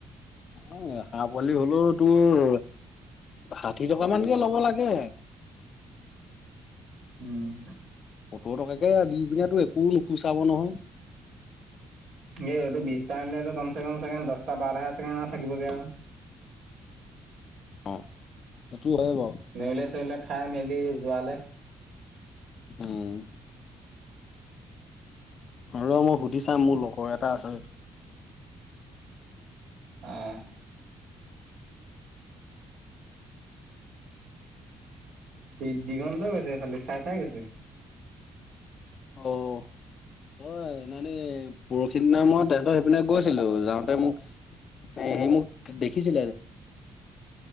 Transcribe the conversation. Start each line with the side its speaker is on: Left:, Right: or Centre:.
Left: অ হাঁহ পোৱালি হ'লেও তোৰ ষাঠি টকা মানকে ল'ব লাগে
Right: উম
Left: সত্তৰ টকাকে দি পিনে তোৰ একো নোপোচাব নহয়
Right: <inaudible> এই এইটো বিশটা আনিলেটো কম চে কম চাগে দহটা বাৰটা চাগে এনেও থাকিবগে আৰু
Left: অ সেইটো হয় বাৰু
Right: নেউলে চেউলে খাই মেলি যোৱালে
Left: উম ৰ' মই সুধি চাম মোৰ লগৰ এটা আছে
Right: আহ দি দিগন্ত গৈছে এইফাল দি চাই চাই গৈছে
Left: অ' হয় সেইদিনাখনি পৰহি দিনা মই তেহেঁতৰ সেই পিনে গৈছিলোঁ যাওঁতে মোক সি মোক দেখিছিলে